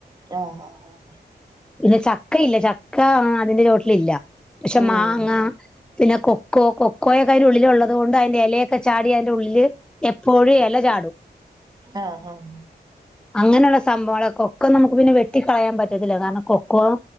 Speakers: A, on the right; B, in the centre.
A: ആഹ് ആഹ്
B: ഇത് ചക്കയില്ലേ ചക്ക അതിന്റെ ചുവട്ടിൽ ഇല്ല, പക്ഷെ
A: ആഹ് ഉം
B: മാങ്ങ. പിന്നെ കൊക്കോ കൊ കൊറെ കാര്യം ഉള്ളിലുള്ളത് കൊണ്ട് അതിന്റെ ഇലയൊക്കെ ചാടി അതിന്റെ ഉള്ളില് എപ്പോഴും ഇല ചാടും.
A: ആഹ് ആഹ്.
B: അങ്ങനെയുള്ള സംഭവങ്ങൾ കൊക്കോ നമുക്ക് പിന്നെ വെട്ടിക്കളയാൻ പറ്റത്തില്ല, കാരണം കൊക്കോ.